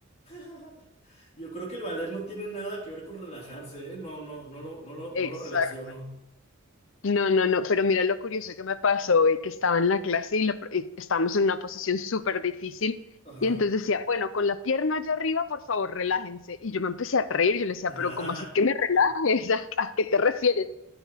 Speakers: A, on the left; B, on the left.
A: <laughs> yo creo que el valer no tiene nada que ver con relajarse, ¿eh? No, no, no lo, no lo, no
B: Exacto.
A: lo relaciono.
B: No, no, no, pero mira lo curioso que me pasó, eh, que estaba en la clase y, la pro- y estábamos en una posición súper difícil,
A: Ajá.
B: y entonces decía, bueno, con la pierna allá arriba, por favor, relájense. Y yo me empecé a reír, yo le decía,
A: <laughs>
B: pero ¿cómo así que me relajes? <laughs> ¿A a qué te refieres?